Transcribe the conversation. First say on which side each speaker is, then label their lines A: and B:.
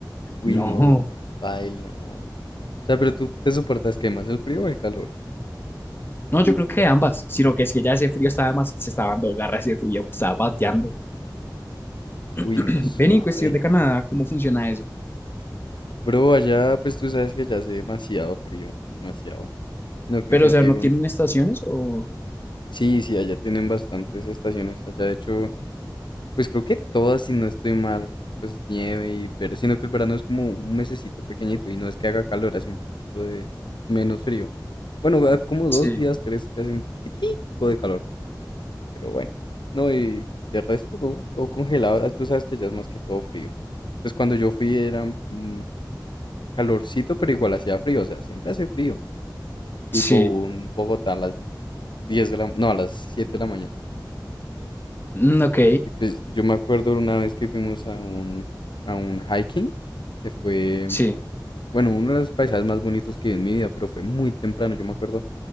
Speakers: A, on the left (about 80°); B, on the left (about 30°).
A: Uy,
B: No,
A: no, qué paila, mano. O sea, pero tú te soportas que más el frío o el calor.
B: no, yo creo que ambas, sino que es que ya ese frío estaba más, se estaba dando garra ese frío, me estaba pateando.
A: Uy,
B: <laughs>
A: no, suave.
B: Ven, y en cuestión de Canadá, ¿cómo funciona eso?
A: Bro, allá, pues tú sabes que allá hace demasiado frío, demasiado. Sino que,
B: Pero,
A: como
B: o sea,
A: te
B: ¿no
A: digo,
B: tienen estaciones o...?
A: sí, sí, allá tienen bastantes estaciones. Allá, de hecho, Pues creo que todas, si no estoy mal, pues nieve y pero sino que el verano es como un mesecito pequeñito y no es que haga calor, hace un poquito de menos frío. Bueno, va como dos
B: Sí,
A: días, tres que hace un poquitico de calor, pero bueno. No, y de resto todo todo congelado, ah, tú sabes que ya es más que todo frío. Pues cuando yo fui era mm, calorcito, pero igual hacía frío, o sea, siempre hace frío. Tipo
B: sí,
A: un Bogotá a las di- 10 de la, no, a las 7 de la mañana.
B: mm, ok,
A: Y pues yo me acuerdo una vez que fuimos a un, a un hiking, que fue,
B: sí,
A: bueno, uno de los paisajes más bonitos que vi en mi vida, pero fue muy temprano. Yo me acuerdo,